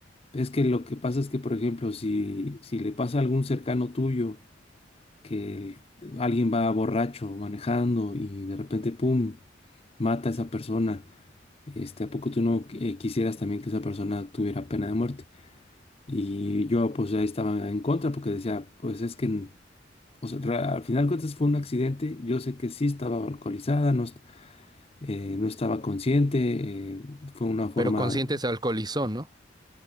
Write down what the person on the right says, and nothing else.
Pero consciente se alcoholizó, ¿no?